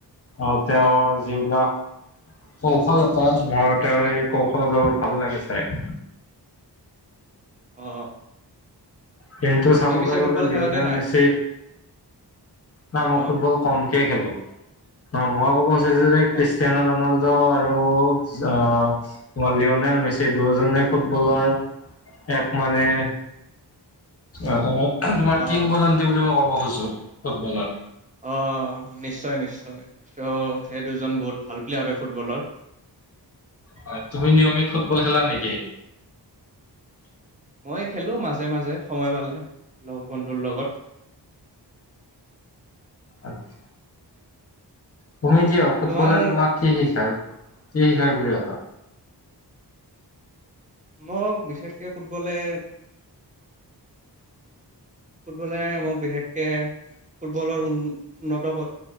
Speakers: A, on the left; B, on the right.
A: আৰু তেওঁৰ যিবিলাক। কৌশলতা নৰতে আৰু সেই কৌশলতা বোৰ ভাল লাগে চাই।
B: অ।
A: কিন্তু চাবলৈ
B: তুমি পিছে ফুটবল
A: গ'লে লিঅ'নেল
B: খেলানে নাই
A: মেচি। না মই
B: অ
A: ফুটবল কমকে খেলোঁ। ন মই ক'ব খুজিছোঁ যে ক্ৰিষ্টিয়ানো
B: অ
A: ৰনল- ত আৰু আহ লিঅ'নেল মেচি দুয়োজনে ফুটবলৰ এক মানে। অ তোমাৰ
B: অ
A: কিংবদন্তি বুলি ম ক'ব খুজোঁ ফুটবলৰ।
B: অ নিশ্চয় নিশ্চয় ত সেই দুজন বহুত ভাল প্লেয়াৰ হয় ফুটবলৰ।
A: হয় তুমি নিয়মিত ফুটবল খেলা নেকি?
B: মই খেলোঁ মাজে মাজে সময় পালে লগ বন্ধুৰ লগত।
A: আতচ্ছা। তুমি কিয় ফুটবলে
B: তোমাৰ
A: তোমাক কি শিকায় কি শিকায় বুলি ভাবা।
B: মোক বিশেষকে ফুটবলে- ফুটবলে মোক বিশেষকে ফুটবলৰ উ উন্নত-